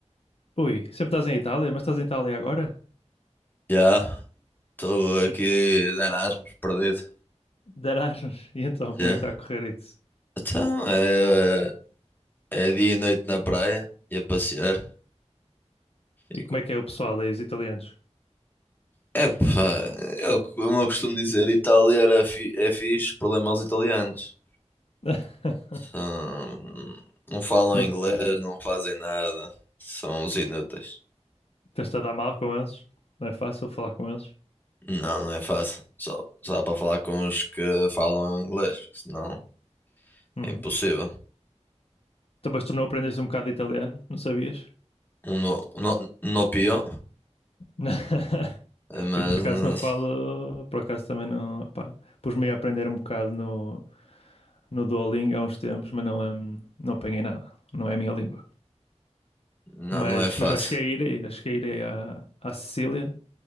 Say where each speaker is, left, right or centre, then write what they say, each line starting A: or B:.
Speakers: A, on the left; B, on the left.
A: Ui, sempre estás em Itália, mas estás em Itália agora?
B: Já, estou aqui
A: E
B: de Erasmus, perdido.
A: de Erasmus. <laughs> E então, como
B: Já.
A: é que está a correr isso?
B: Então, é, é dia e noite na praia, e a passear.
A: E
B: E
A: como
B: co-
A: é que é o pessoal aí, os italianos?
B: Epá, eu, como eu costumo dizer, Itália era fi, é fixe, problema aos italianos.
A: <laughs>
B: Hum, não falam
A: Não
B: inglês, não fazem nada. São os inúteis.
A: estás a dar mal com eles? Não é fácil falar com eles?
B: Não, não é fácil. Só, só dá para falar com os que falam inglês, porque senão
A: Hum.
B: é impossível.
A: Então, mas tu não aprendeste um bocado de italiano? Não sabias?
B: Um no, um no, um no pior,
A: <laughs>
B: mas
A: Eu por acaso não falo, por acaso também não, pá, pus-me a aprender um bocado no, no Duolingo há uns tempos, mas não, hum, não apanhei nada, não é a minha língua.
B: não,
A: Mas,
B: não é fácil.
A: mas já cheguei a ir, já cheguei a ir aí à, à Sicília.